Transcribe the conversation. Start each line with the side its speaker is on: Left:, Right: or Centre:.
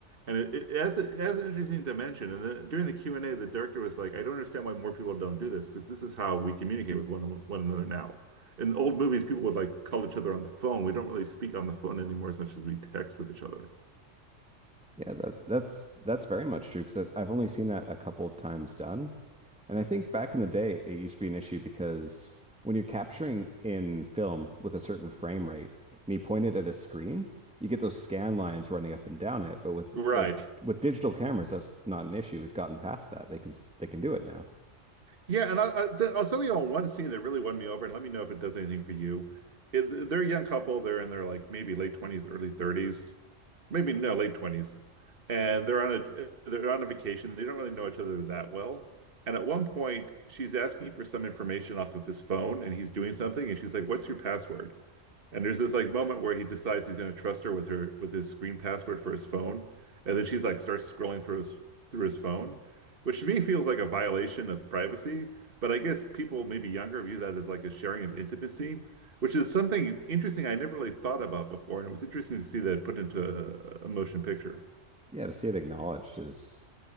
Right: And it, it has a, it has an interesting dimension. And then during the Q&A, the director was like, "I don't understand why more people don't do this because this is how we communicate with one one another now." in old movies, people would like call each other on the phone. We don't really speak on the phone anymore as much as we text with each other.
Centre: Yeah, that's that's that's very much true because I've only seen that a couple of times done. And I think back in the day, it used to be an issue because when you're capturing in film with a certain frame rate and you point it at a screen, you get those scan lines running up and down it. But with
Right: Right.
Centre: like with digital cameras, that's not an issue. We've gotten past that. They can s- they can do it now.
Right: Yeah, and I, I, th- I'll tell you on one scene that really won me over, and let me know if it does anything for you. It, they're a young couple. They're in their like maybe late 20s, early 30s. maybe no, late 20s. And they're on a they're on a vacation. They don't really know each other that well. And at one point, she's asking for some information off of his phone, and he's doing something, and she's like, "What's your password?" And there's this like moment where he decides he's going to trust her with her with his screen password for his phone, and then she's like starts scrolling through his through his phone, which to me feels like a violation of privacy. But I guess people maybe younger view that as like a sharing of intimacy, which is something interesting I never really thought about before, and it was interesting to see that put into a, a motion picture.
Centre: Yeah, to see it acknowledged is